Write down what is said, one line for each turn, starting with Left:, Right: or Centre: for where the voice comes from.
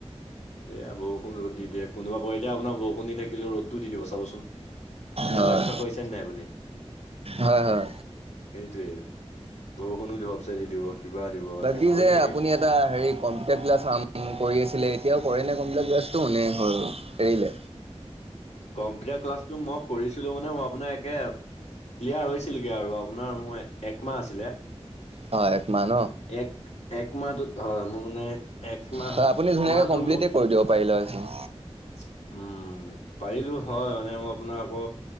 Left: এয়া বৰষুণ ৰদ দি দিয়ে কোনোবা এতিয়া আপোনাৰ বৰষুণ দি থাকিলে ৰদটো দি দিব চাবচোন। এনে
Right: হয়
Left: লক্ষ্য কৰিছে নাই আপুনি?
Right: হয় হয়।
Left: সেইটোৱে বৰষুণো দিব সবচাইডে দি দিব কিবা দিব
Right: বাকী
Left: হেন হৈয়ে
Right: যে
Left: থাকে।
Right: আপুনি এটা হেৰিত কম্পিটাৰ ক্লাছ আম উ উ। কৰি আছিলে এতিয়াও কৰে নে কম্পিউটাৰ ক্লাছটো নে হল এৰিলে।
Left: কম্পিউটাৰ ক্লাছটো মই কৰিছিলো মানে মই আপোনাৰ শেষেই আপ ক্লিয়াৰ হৈছিলগে আৰু আপোনাৰ মোৰ এক মাহ আছিলে।
Right: হয়, এক মাহ ন।
Left: এক এক মাহটোত হয় মোৰ মানে এক মাহ
Right: হয় আপুনি ধুনীয়াকে
Left: মাহটো
Right: কমপ্লিটে
Left: মোক
Right: কৰি দিব পাৰিলে উঠিম।
Left: উচ্, উম উ উ উ, পাৰিলো হয় মানে মই আপোনাৰ আকৌ